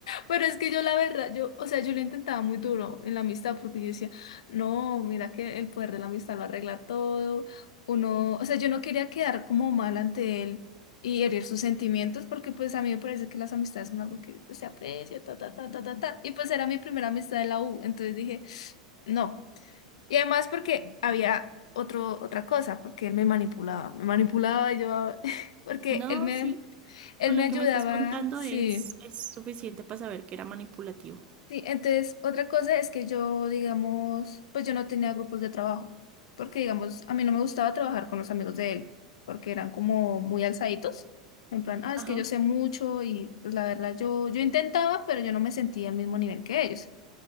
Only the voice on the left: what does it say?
pero es que yo la verdad, yo, o sea, yo lo intentaba muy duro en la amistad porque yo decía, no, mira que el poder de la amistad lo arregla todo, uno, o sea, yo no quería quedar como mal ante él y herir sus sentimientos porque pues a mí me parece que las amistades son algo que se aprecia, ta, ta, ta, ta, ta, ta, y pues era mi primera amistad de la U, entonces dije, no, y además porque había otro, otra cosa, porque él me manipulaba, me manipulaba y yo, <laughs> porque
él me...
Él
me
ayudaba,
sí.
Sí, entonces otra cosa es que yo, digamos, pues yo no tenía grupos de trabajo, porque digamos, a mí no me gustaba trabajar con los amigos de él, porque eran como muy alzaditos, en plan, ah, es
que yo sé mucho y pues, la verdad yo, yo intentaba, pero yo no me sentía al mismo nivel que ellos.